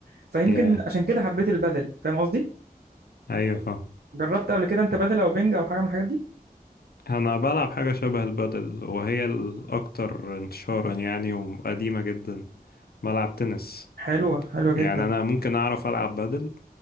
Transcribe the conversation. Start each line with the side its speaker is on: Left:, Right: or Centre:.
Right: فيمكن
Left: يا
Right: عشان كده حبيت البدل فاهم قصدي
Left: ايوه فاهم
Right: جربت قبل كده انت بدل او بنج او حاجه من الحاجات دي
Left: انا بلعب حاجة شبه البادل وهي الاكتر انتشارا يعني وقديمة جدا بلعب تنس
Right: حلوه حلوه جدا
Left: يعني انا ممكن اعرف العب بادل